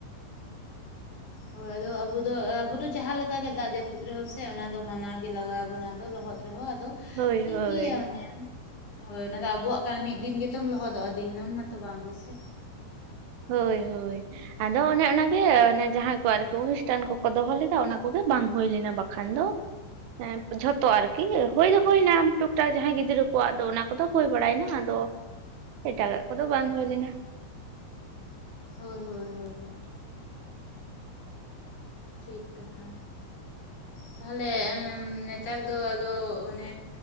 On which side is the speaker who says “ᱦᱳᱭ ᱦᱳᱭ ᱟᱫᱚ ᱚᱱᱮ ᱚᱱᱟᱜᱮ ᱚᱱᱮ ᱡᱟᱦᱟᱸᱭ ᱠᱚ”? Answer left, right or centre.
Right